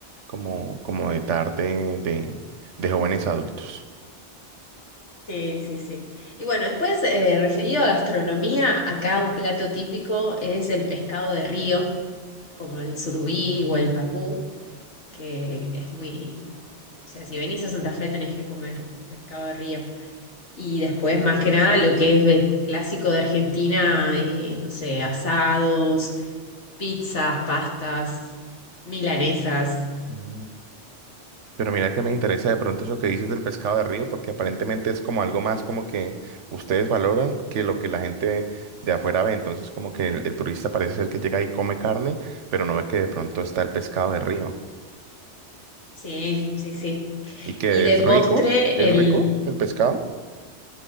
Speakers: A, on the right (about 80°); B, on the left (about 75°).
A: como, como de tarde de, de jóvenes adultos.
B: Sí, sí, sí. Y bueno, después, eh, referido a gastronomía, acá un plato típico es el pescado de río como el surubí o el pacú, que es muy... O sea, si venís a Santa Fe tenés que comer pescado de río. Y después, más que nada, lo que es de- clásico de Argentina, eh, no sé, asados, pizzas, pastas, milanesas.
A: Mm, Pero mira que me interesa de pronto eso que dices del pescado de río, porque aparentemente es como algo más como que ustedes valoran que lo que la gente de afuera ve. Entonces como que el, el turista parece ser que llega y come carne, pero no ve que de pronto está el pescado de río.
B: Sí, sí, sí.
A: Y que
B: Y de
A: es
B: postre,
A: rico, es
B: el,
A: rico el pescado.